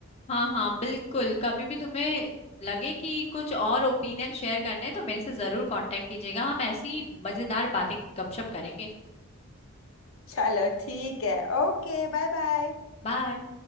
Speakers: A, on the left; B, on the left.
A: हाँ हाँ बिल्कुल कभी भी तुम्हें लगे कि कुछ और ओपिनियन शेयर करने हैं, तो मेरे से जरूर कांटेक्ट कीजिएगा हम ऐसी मजेदार बातें गपशप करेंगे
B: चलो ठीक है ओके बाय बाय
A: बाय